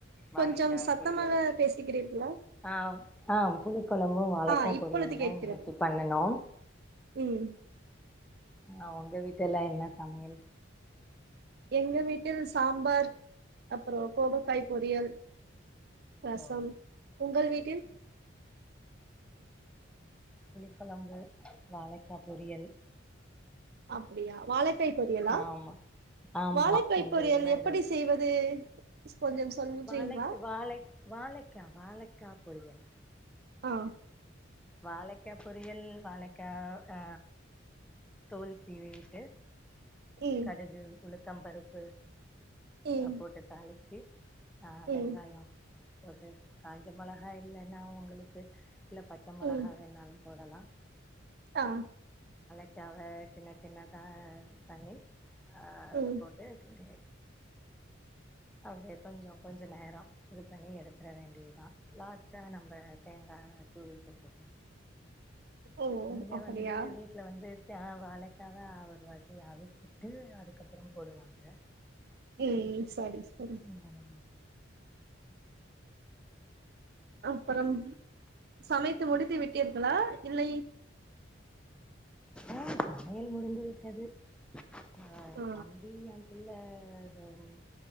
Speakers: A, in the centre; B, on the right.
A: வாழைக்கா
B: கொஞ்சம் சத்தமாக
A: பொரியல்
B: பேசுகிறீர்களா
A: ஆம் ஆம் புளிக்கொழம்பு வாழைக்காய்
B: ஆ இப்பொழுது
A: பொரியல்
B: கேட்கிறது
A: தா இன்னைக்கு பண்ணுணோ
B: ம்
A: ஆ உங்க வீட்டுலா என்ன சமையல்
B: எங்க வீட்டில் சாம்பார் அப்பற கோவக்காய் பொரியல் ரசம்
A: ஓ
B: உங்கள் வீட்டில்
A: புளிகொழம்பு வாழைக்கா பொரியல்
B: அப்டியா வாழக்காய் பொரியலா
A: ஆமா ஆமா
B: வாழைக்காய்
A: இன்றைய
B: பொரியல்
A: தினோ
B: எப்படி
A: இதோட
B: செய்வது கொஞ்சம் சொல்றீங்களா
A: வாழைக் வாழைக் வாழைக்கா வாழைக்கா புரியும்
B: ஆ
A: வாழைக்கா பொரியல் வாழைக்கா அ தோல் சீவி விட்டு
B: ம்
A: கடுகு உளுத் த்தம் பருப்பு
B: ம்
A: அ போட்டு தாளிச்சி ஆ வெங்காயோ
B: ம்
A: போட்டு காஞ்ச மொளகா இல்லன்னா உங்களுக்கு இல்ல பச்ச மொளகா
B: ம்
A: வேணாலு போடலாம்
B: ஆ
A: க்காவ சின்ன சின்னதா பண்ணி ஆ அதுல
B: ம்
A: போட்டு கிண்டி அப்டியே கொஞ்சோ கொஞ்சநேரம் இது பண்ணி எடுத்துட வேண்டியதுதா லாஸ்ட்டா நம்ம தேங்கா தூவிட்டு சரி
B: ஓ
A: இங்க
B: அப்படியா
A: வந்து வீட்ல வந்து சா வாழைக்காவ ஒரு வாட்டி அவிச்சிட்டு அதுக்கப்பறம் போடுவாங்க
B: ம் சரி சரி
A: ம்
B: அப்பறம் சமைத்து முடித்து விட்டீர்களா இல்லை
A: ஆ சமையல் முடிந்து விட்டது அ
B: ஆ
A: தம்பி இல்ல அது வந்